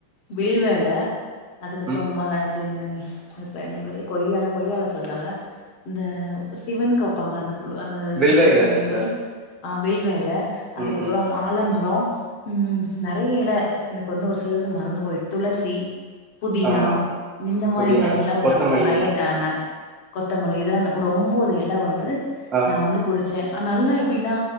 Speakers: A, on the left; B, on the right.
A: வில்வ எல அதுப்பறம்
B: ம்
A: ம சின்ந்தன் அது பேரு என்ன பேரு கொய்யா கொய்யா எல சொல்ட்டல்ல இந்த சிவன்க்கு வைப்பாங்க அந்த அந்த
B: வில்வ
A: செடி பேரு
B: எல
A: என்ன
B: சிஸ்டர்
A: பேரு ஆ வில்வ எல அதுக்கப்பறோ
B: ம் ம்
A: ஆலமரோ ம் நெறய எல எனக்கு வந்து ஒரு சிலது மறந்து போய் துளசி புதினா
B: ஆமா
A: இந்த மாறி
B: புதினா
A: எலைகள்லா ஒரு
B: கொத்தமல்லி
A: ந நயன் நயன் நயன் கொத்தமல்லி இத எல்லா ஒரு ஒம்போது எல வந்து
B: ஆ
A: நா வந்து குடிச்சே நல்லா எப்டின்னா